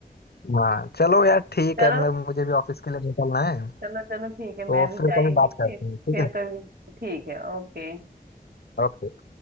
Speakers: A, on the left; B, on the right.
A: हाँ चलो यार ठीक
B: चलो
A: है मैं मुझे भी ऑफिस के लिए निकलना है
B: चलो चलो ठीक है मैं
A: तो
B: भी
A: फिर
B: जा ही
A: कभी
B: रही
A: बात
B: थी
A: करते हैं ठीक
B: फिर
A: है
B: कभी ठीक है ओके
A: ओके